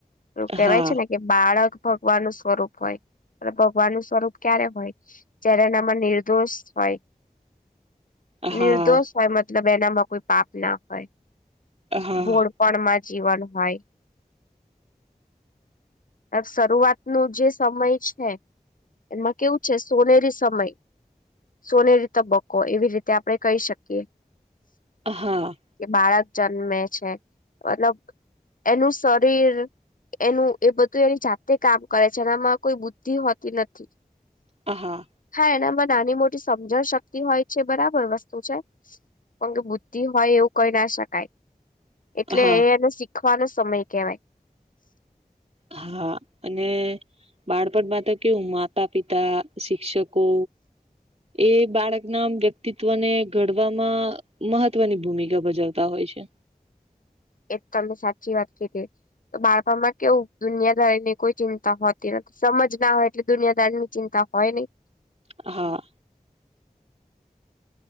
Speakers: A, on the left; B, on the right.
A: પેલું કેવાય
B: હા
A: છે ને કે બાળક ભગવાનનું સ્વરૂપ હોય એ ભગવાન નું સ્વરૂપ ક્યારે હોય. જ્યારે એનામાં નિર્દોષ હોય
B: હા
A: નિર્દોષ હોય મત મતલબ એનામાં કોઈ પાપ ના હોય.
B: હા
A: ભોળપણમાં જીવન હોય. શરૂઆતનો જે સમય છે. એમાં કેવું છે સોનેરી સમય. સોનેરી તબબકો એવી રીતે આપડણે કહી શકીએ.
B: હા
A: કે બાળક જન્મે છે મતલબ એનું શરીર એનું એ બધું એની જાતે કામ કરે છે એનામાં કોઈ બુદ્ધિ હોતી નથી.
B: હ હા.
A: હા એનામાં નાની મોટી સમજણ શક્તિ હોય છે બરાબર વસ્તુ છે. પણ કે બુદ્ધિ હોય એવું કહી ના શકાય. એટલે
B: હા
A: એ એનો શીખવાનો સમય કેવાય
B: હા અને બાળપણમાં તો કેવું માતા, પિતા, શિક્ષક કો. એ બાળકના વ્યક્તિત્વને ઘડવામાં મહત્વની ભૂમિકા ભજવતા હોય છે.
A: એજ તમમે સાચી વાત કીધી. તો બાળપણમાં કેવું દુનિયાદારી ની કોઈ ચિંતા હોતી નથી સમજ ના હોય એટલે દુનિયાદારની ચિંતા ચિંતા હોય નહી.
B: હા.